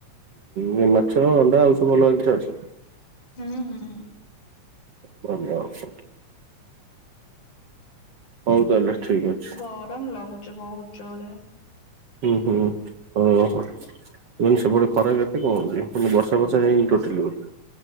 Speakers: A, on the right; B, on the left.
A: ହୁଁ ଏ ମାଛ, ଅଣ୍ଡା ଆଉ ସବୁ ଅଲଗା ଜିନଷ ଆଣୁଛନ୍ତି।
B: ହୁଁ, ହୁଁ।
A: <unintelligible> ହଉ ତାହେଲେ ଠିକ ଅଛି
B: ଗରମ ଲାଗୁଚି ବୋହୁତ୍ ଜୋରେ।
A: ହୁଁ, ହୁଁ ହଉ ହ ଏଇନେ ସେପଟେ ଖରା କେତେ କଣ ହଉଛି? ମାନେ ବର୍ଷା ବର୍ଷା ଫର୍ଷା ହେଇନି ଟୋଟାଲି ବଧେ?